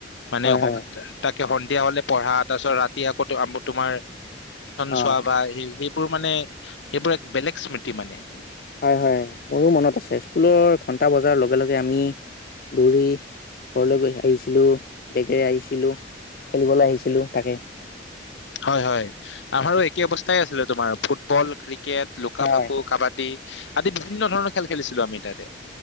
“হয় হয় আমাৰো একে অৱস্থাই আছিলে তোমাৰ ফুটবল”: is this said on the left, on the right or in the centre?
Left